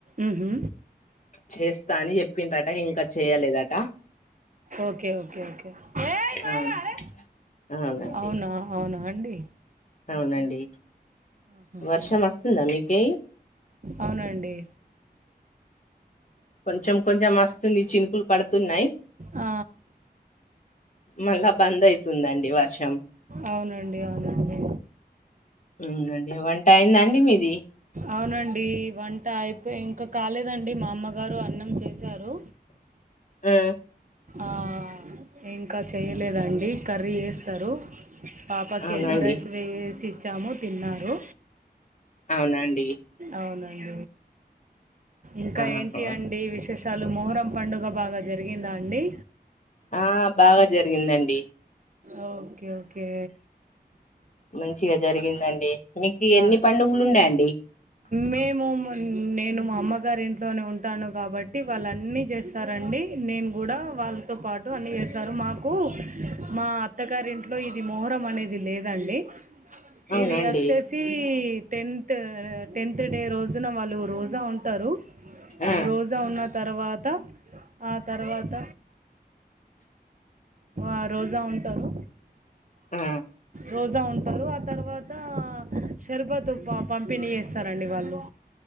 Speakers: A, on the right (about 50°); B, on the left (about 45°).
A: ఉహు
B: చేస్తా అని చెప్పిర్రాట ఇంకా చేయలేదట
A: ఓకే ఓకే ఓకే ఏయ్ మైరా
B: అవును
A: అరే
B: అవునండి
A: అవునా అవునా అండి
B: అవునండి
A: ఆహాహా.
B: వర్షం వస్తుందా మీకే
A: అవునండి
B: కొంచెం కొంచెం వస్తుంది చినుకులు పడుతున్నాయి
A: ఆ
B: మళ్ళా బంద్ అయితుందండి వర్షం
A: అవునండి అవునండి
B: అవునండి వంట అయ్యిందా అండి మీది
A: అవునండి వంట అయిపోయి ఇంకా కాలేదండి మా అమ్మగారు అన్నం చేశారు
B: ఆ
A: ఆ ఇంకా చేయలేదండి కర్రీ చేస్తారు పాపకి
B: అవునండి
A: ఎల్ల్లో రైస్ వేసిచ్చాము తిన్నారు
B: అవునా అండి
A: అవునండి ఇంకా
B: ఆహా.
A: ఏంటి అండి విశేష తాలు మొహరం పండుగ బాగా జరిగిందా అండి
B: ఆ బాగా జరిగిందండి
A: ఓకే ఓకే
B: మంచిగా జరిగిందండి మీకు ఎన్ని
A: ఆ
B: పండుగులు ఉన్నాయండి
A: మేము నేను మా అమ్మగారి ఇంట్లోనే ఉంటాను కాబ బట్టి వాళ్ళ అన్నీ చేస్తారండి నేను కూడా వాళ్ళతో పాటు అన్నీ చేస్తారు మాకు మా అత్తగారింట్లో ఇది మొహరం అనేది లేదండి
B: అవునా
A: ఇది
B: అండి
A: వచ్చేసి ప్రతి టెన్త్ టెన్త్ డే రోజున వాళ్ళు రోజా ఉంటారు
B: ఆ
A: రోజా ఉన్న తర్వాత ఆ తర్వాత ఆ రోజా ఉంటారు
B: ఆ
A: రోజా ఉంటారు ఆ తర్వా షర్బత్ పంపిణీ చేస్తారండి వాళ్ళు